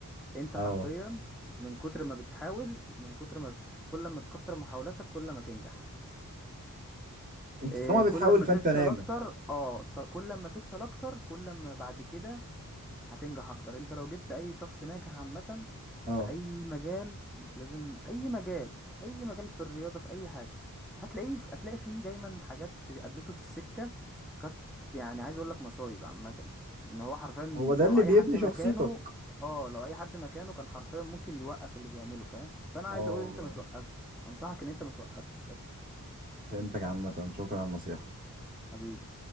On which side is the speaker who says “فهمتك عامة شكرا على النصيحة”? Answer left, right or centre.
Right